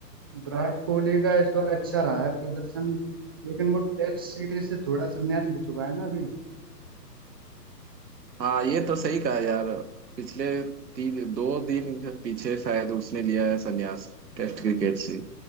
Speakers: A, on the right; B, on the right.
A: विराट कोहली का इस बार अच्छा रहा है प्रदर्शन लेकिन वो टेस्ट सीरीज से थोड़ा संन्यास ले चुका है ना अभी
B: हाँ ये तो सही कहा यार पिछले तीन दो दिन पीछे शायद उसने लिया है संन्यास टेस्ट क्रिकेट से